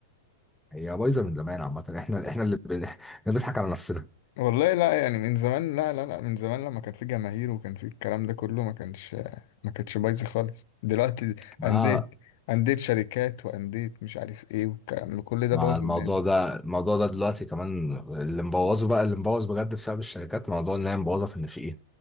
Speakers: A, in the centre; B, on the left (about 55°).
A: هي بايظة من زمان عامة احنا احنا اللي بن- <laughs> بنضحك على نفسنا
B: والله لا يعني من زمان لا لا لا من زمان لما كان في جماهير وكان في الكلام ده كله ما كانش ما كانتش بايظه خالص دلوقتي
A: مع
B: انديه انديه شركات وانديه مش عارف ايه والكلام ده كل ده
A: مع
B: بوظ
A: الموضوع
B: النادي
A: ده الموضوع ده دلوقتي كمان اللي مبوظه بقى اللي مبوظ بجد بسبب الشركات موضوع ان هي مبوظة في الناشئين